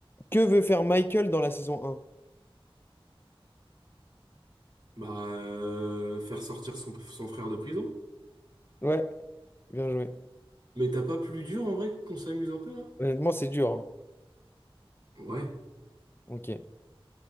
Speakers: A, on the left; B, on the right.
A: que veut faire Michael dans la saison un
B: Bah, euh, faire sortir son, son frère de prison.
A: Ouais. Bien joué.
B: Mais t'as pas plus dur en vrai qu'on s'amuse un peu là?
A: Honnêtement, c'est dur. hein.
B: Ouais.
A: Ok.